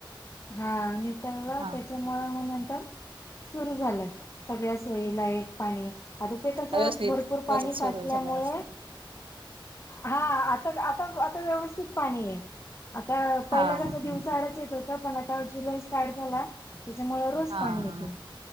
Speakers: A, on the left (about 30°); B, on the right (about 85°).
A: हा नितळ
B: हा
A: त्याच्या नंतर सुरू झालं सगळ्या सोयी लाईट पाणी आता ते कसं
B: व्यवस्थित
A: भरपूर
B: व्यवस्थित
A: पाणी साचल्यामुळे
B: सुरू झाला असत
A: हा आता आता आता व्यवस्थित पाणी आहे आता
B: हा
A: पहिला
B: हा
A: कस दिवसा आआडच येत होत पण आता जुलै स्टार्ट झाला. त्याच्यामुळे रोज
B: हा
A: पाणी येतील.